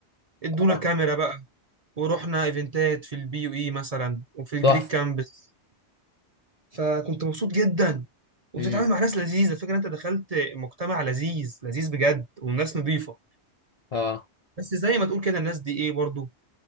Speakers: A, on the right; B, on the left.
A: ادونا
B: اه
A: كاميرا بقى ورحنا ايفنتات في البي يو اي مثلا وفي الجريك
B: تحفه
A: كامبس فكنت مبسوط جدا وبتتعامل
B: امم
A: مع ناس لذيذه فكرة انت دخلت مجتمع لذيذ لذيذ بجد والناس نظيفه
B: اه
A: بس زي ما تقول كده الناس دي ايه برضو